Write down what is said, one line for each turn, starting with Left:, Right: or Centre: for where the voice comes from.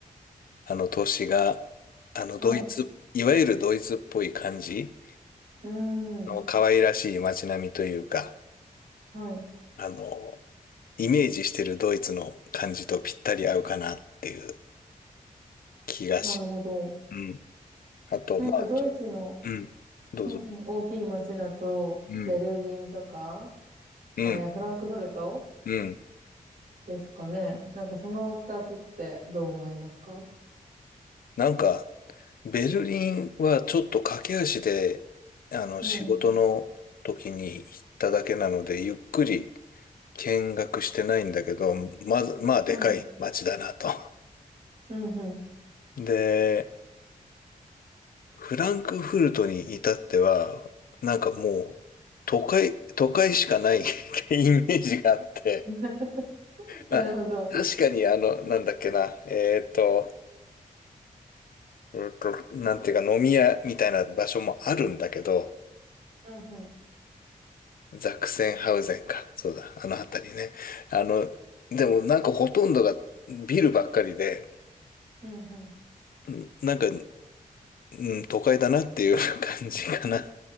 Left: あの、都市が、あの、
Right: はい。
Left: ドイツ、
Right: う
Left: いわゆるドイツっぽい感じ
Right: ーん。
Left: の可愛らしい街並みというか、
Right: はい。
Left: あの、イメージしてるドイツの感じとぴったり合うかなっていう気がし、
Right: なるほど。
Left: うん。あと、
Right: なんかドイツの、
Left: まあ、ちょうん。どうぞ。
Right: うん、うん、大きい街だと、
Left: うん。
Right: ベルリンとか、
Left: うん。
Right: えーフランクフルト
Left: うん。
Right: ですかね。なんかその二つってどう思いますか
Left: なんか、ベルリンはちょっと駆け足で、あの、
Right: うん。
Left: 仕事の時に行っただけなので、ゆっくり見学してないんだけど、まず、まあ、
Right: はい。
Left: でかい街だなと。
Right: うん、うん。
Left: <laughs> で、フランクフルトに至っては、なんかもう、都会、都会しかない <laughs> ってイメージがあって、
Right: <laughs> なるほど。
Left: まあ、確かにあの、なんだっけな、えっと、えっと、なんていうか飲み屋みたいな場所もあるんだけど、
Right: うん、うん。
Left: ザクセンハウゼンか。そうだ。あの辺りね。あの、でもなんかほとんどがビルばっかりで、
Right: うん、
Left: うんなんか、うん、都会だなっていう感じかな。<laughs> だ